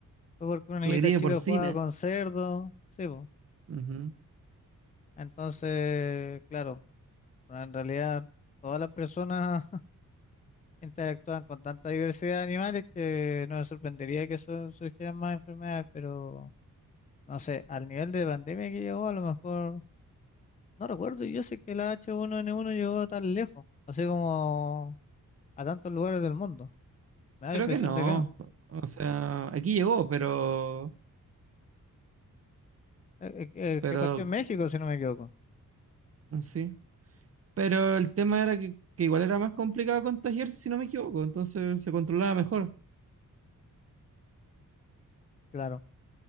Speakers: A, on the left; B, on the right.
A: fue porque una niñita
B: La gripe
A: chica
B: porcina.
A: jugaba con cerdo, sí, pues.
B: Ujú.
A: Entonces, claro, pero en realidad todas las personas <laughs> interactúan con tanta diversidad de animales que no me sorprendería que su- surgieran más enfermedades, pero... No sé, al nivel de pandemia que llegó, a lo mejor, no recuerdo, yo sé que la H1N1 llegó tan lejos, así como a tantos lugares del mundo. Me da
B: Creo
A: la impresión
B: que no.
A: de que no.
B: O sea, aquí llegó, pero...
A: Eh, eh, que
B: Pero...
A: que partió en México, si no me equivoco.
B: Sí. Pero el tema era que, que igual era más complicado contagiarse, si no me equivoco, entonces se controlaba mejor.
A: Claro.